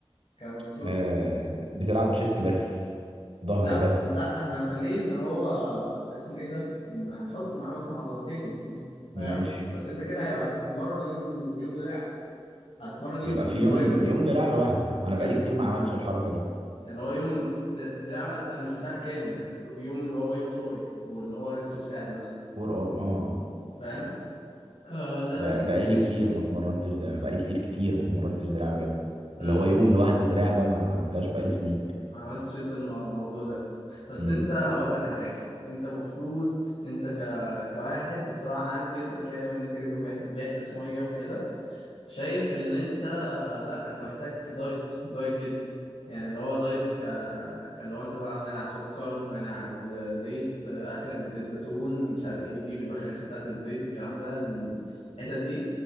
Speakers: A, on the left; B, on the right.
A: كبرو
B: آه بتلعب تشيست بس ظهر
A: لا
B: بس
A: لا احنا هنخليه اللي هو اسمه ايه ده م- هنحط معاه مثلا عضلتين مثلا فاهم
B: ماشي
A: بس انت كده هيبقى هتتمرن يوم يوم دراع هتتمرن يوم
B: يبقى في
A: بايو
B: يوم يوم دراع لوحده أنا
A: يوم
B: بقالي كتير ما عملتش الحركة دي
A: اللي هو يوم د- دراع بقى لا مش دراع كامل يعني يوم اللي هو بايو تراي واللي هو ريست وساعد مثلا
B: فور أرم اه آه.
A: فاهم آه ده لذيذ
B: بق- بقالي
A: ماشي
B: كتير ما اتمرنتش دراع بقالي كتير كتير ما اتمرنتش دراع بجد
A: امم
B: اللي هو يوم لوحده دراع ده ما عملتهاش بقالي سنين
A: ما عملتش انت المو- الموضوع ده بس
B: امم
A: انت هقول لك على حاجه انت المفروض انت ك... كواحد الصراحه انا عارف جسمك يعني وان انت جسمك بيح- بيحبس ميه وكده شايف ان انت لا انت محتاج دايت دايت جدا يعني اللي هو دايت ك... كاللي هو انت بقى مانع سكر مانع ز- زيت اكلك بزيت زيتون مش عارف ايه تجيب البخاخه بتاعت الزيت الكلام ده الحتت دي